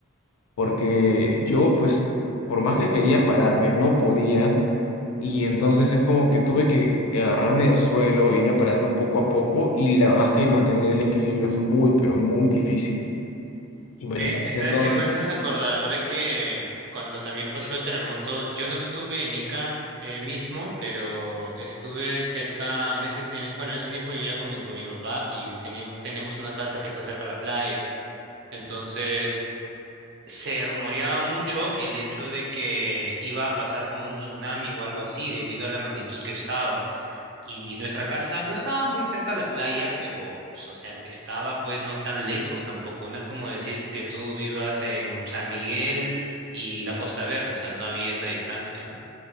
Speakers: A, on the left (about 70°); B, on the right (about 55°).
A: porque yo pues por más que quería pararme no podía y entonces es como que tuve que agarrarme del suelo, irme parando poco a poco y la verdad es que mantener el equilibrio es muy pero muy difícil. Y bueno,
B: Oye,
A: para ese
B: ¿sabes
A: entonces,
B: qué me haces acordar de que cuando también pasó el terremoto, yo no estuve en Ica eh, mismo, pero estuve cerca, en ese, en- bueno, en ese tiempo vivía con mi, con mi papá y teníamos, tenemos una casa que está cerca de la playa. Entonces, se rumoreaba mucho el hecho de que iba a pasar como un tsunami o algo así debido a la magnitud que estaba. Y nuestra casa no estaba muy cerca a la playa, pero, pues, o sea, te estaba pues no tan lejos tampoco. No es como decir que tú vivas en San Miguel y la Costa Verde, o sea, no había esa distancia, ¿no?